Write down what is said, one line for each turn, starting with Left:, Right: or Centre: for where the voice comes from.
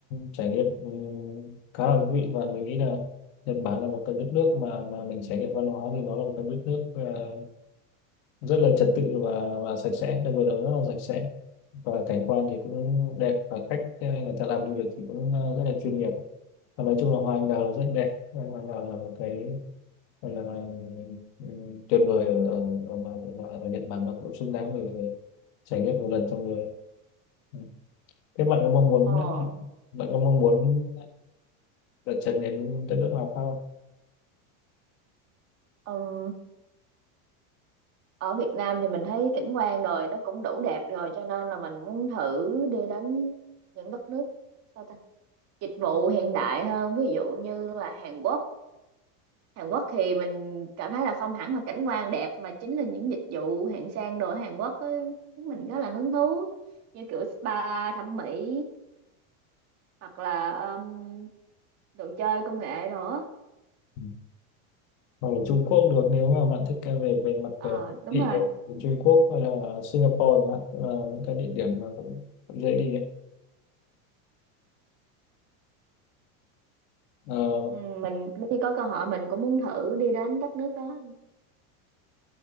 Left: trải nghiệm ừ, khá là thú vị và mình nghĩ là Nhật Bản là một cái đất nước mà mà mình trải nghiệm văn hóa thì nó là một cái đất nước ờ, rất là trật tự và và sạch sẽ đặc biệt là rất là sạch sẽ và cảnh quan thì cũng đẹp và cách ờ, người ta làm du lịch thì cũng ờ, rất là chuyên nghiệp và nói chung là hoa anh đào là rất đẹp hoa anh đào là một cái gọi là ừ, tuyệt vời ở ở, ở, mà, mà ở Nhật Bản và cũng xứng đáng để trải nghiệm một lần trong đời Ừ. Thế bạn có mong muốn
Right: Ờ,
Left: bạn có mong muốn đặt chân đến đất nước nào khác không?
Right: ừm, ở Việt Nam thì mình thấy cảnh quan rồi nó cũng đủ đẹp rồi cho nên là mình muốn thử đi đến những đất nước sao ta? Dịch vụ hiện đại hơn ví dụ như là Hàn Quốc. Hàn Quốc thì mình cảm thấy là không hẳn là cảnh quan đẹp mà chính là những dịch vụ hạng sang đồ ở Hàn Quốc á, khiến mình rất là hứng thú như kiểu spa thẩm mỹ hoặc là ừm, đồ chơi công nghệ đồ á
Left: Ừ. Hoặc là Trung Quốc cũng được nếu mà bạn thích cái về về mặt
Right: Ờ
Left: ờ,
Right: đúng
Left: thị
Right: rồi
Left: ấy, thì Trung Quốc hay là Singapore chẳng hạn cũng là những cái địa điểm mà cũng, cũng dễ đi ấy. Ờ,
Right: ừ, mình nếu như có cơ hội mình cũng muốn thử đi đến các nước đó